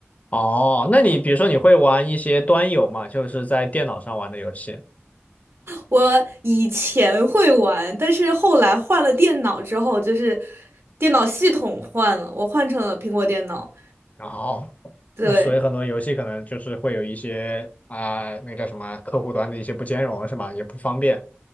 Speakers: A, on the left; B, on the right.
A: 哦，那你比如说你会玩一些端游嘛，就是在电脑上玩的游戏。
B: 我以前会玩，但是后来换了电脑之后，就是电脑系统换了，我换成了苹果电脑，
A: 然后，
B: 对。
A: 那所以很多游戏可能就是会有一些啊、那个叫什么客户端的一些不兼容，是吧？也不方便。